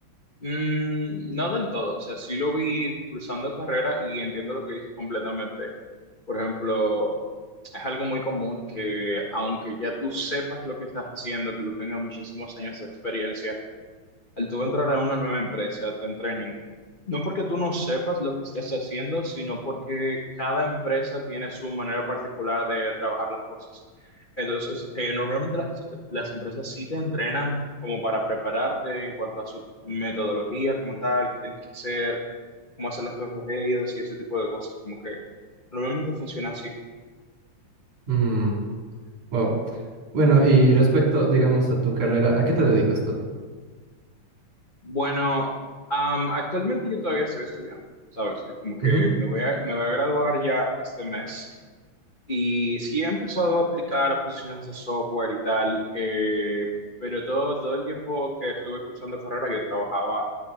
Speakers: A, on the left; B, on the right.
A: mm, no del todo, o sea, sí lo vi cursando carrera y entiendo lo que dices completamente. Por ejemplo, es algo muy común que aunque ya tú sepas lo que estás haciendo, que tú tengas muchísimos años de experiencia, al tú entrar a una nueva empresa, te entrenen. No porque tú no sepas lo que estés haciendo, sino porque cada empresa tiene su manera particular de trabajar las cosas. Entonces, eh, normalmente las, las empresas sí te entrenan como para prepararte en cuanto a su metodología como tal, qué tienes que hacer, cómo hacer las cosas de ellos y ese tipo de cosas. Como que normalmente funciona así.
B: Mm, wow. Bueno, y respecto, digamos, a tu carrera, ¿a qué te dedicas tú?
A: Bueno, am, actualmente yo todavía estoy estudiando, ¿sabes? Como que
B: Ujú.
A: me voy a, me voy a graduar ya este mes. Y sí he empezado a aplicar a posiciones de software y tal, eh, pero todo, todo el tiempo que estuve cursando carrera yo trabajaba